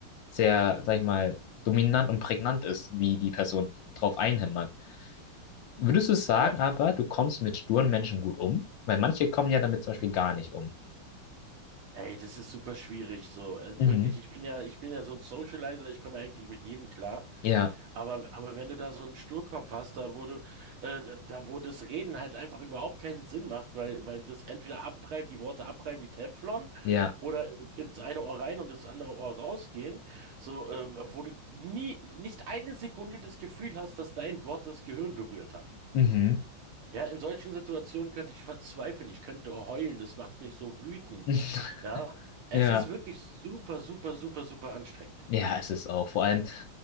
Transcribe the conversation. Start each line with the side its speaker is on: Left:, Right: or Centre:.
Left: sehr, sag ich mal, dominant und prägnant ist, wie die Person drauf einhämmert. Würdest du sagen,
Right: Aber,
Left: aber du kommst mit sturen Menschen gut um? Weil manche kommen ja damit zum Beispiel gar nicht um.
Right: ey, das ist super schwierig so. Also
Left: Mhm.
Right: wirklich, ich bin ja, ich bin ja so ein Socializer, ich komme eigentlich mit jedem klar.
Left: Ja,
Right: Aber, aber wenn du da so einen Sturkopf hast, da wo du, äh, da wo das Reden halt einfach überhaupt keinen Sinn macht, weil, weil das entweder abprallt, die Worte abprallen wie Teflon
Left: ja,
Right: oder ins eine Ohr rein und das andere Ohr rausgehen, so, ähm, wo du nie, nicht eine Sekunde das Gefühl hast, dass dein Wort das Gehirn berührt hat.
Left: mhm.
Right: Ja, in solchen Situationen könnte ich verzweifeln, ich könnte heulen, das macht mich so wütend.
Left: <laughs>
Right: Ja, es
Left: Ja.
Right: ist wirklich super, super, super, super anstrengend.
Left: Ja, es ist auch. Vor allem,